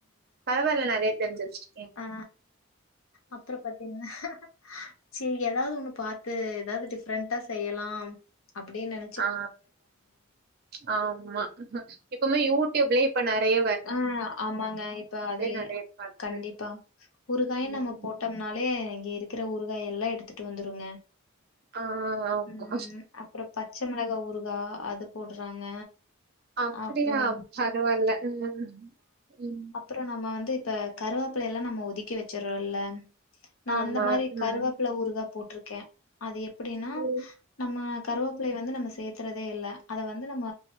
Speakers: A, on the right; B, on the left.
A: பரவால்ல நறைய தெரிஞ்சி வச்ட்
B: அ அப்ற பத்தீங்னா சி எதாவ்து ஒன்னு பாத்து எதாவ்து டிஃப்ரெண்ட்டா செய்யலா அப்புடி நென
A: அ அ ஆம்மா இப்பமே யூட்யூப்லே இப்ப நறைய
B: அ ஆமாங்க இப்ப அதுலயே
A: நெறைய வருது
B: கண்டிப்பா ஒரு காய்
A: ம்
B: நம்ம போட்டம் னாலே இங்க இருக்குற ஊறுகா எல்லா எடுத்துட்டு வந்துருங்க
A: ஆ ஆமா
B: ம் அப்புற பச்ச மிளகா ஊறுகா அது போடுறாங்க
A: அப்புடியா
B: அப்புறம்
A: பரவால்ல ம் ம்
B: அப்புற நம்ம வந்து இப்ப கருவாப்புல்லை எல்லா நம்ம ஒதுக்கி வச்சற்றோ இல்ல நா
A: ஆமா
B: அந்த மாரி
A: ம்
B: கருவப் புல ஊறுகா போட்ருக்கே அது எப்புடினா
A: ம்
B: நம்ம கருவோப்லை வ ந்து நம்ம சேத்துறதே இல்ல அத வந்து நம்ம